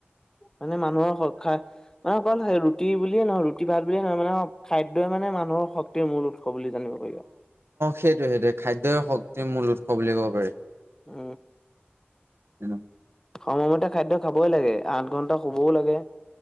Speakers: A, on the left; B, on the right.
A: মানে মানুহৰ মানে অকল ৰুটি বুলিয়ে নহয় ৰুটি ভাত বুলিয়ে নহয় মানে খাদ্যয়ই মানে মানু মানুহৰ শক্তিৰ মূল উৎস বুলি জানিব পাৰি।
B: সেইটোয়ে, সেইটয়ে খাদ্যয়ৰ শক্তিৰ মূল উৎস বুলি ক'ব পাৰি।
A: অ
B: উ
A: সময়মতে খাদ্য খাবই লাগে আঠ ঘন্টা শুবও লাগে।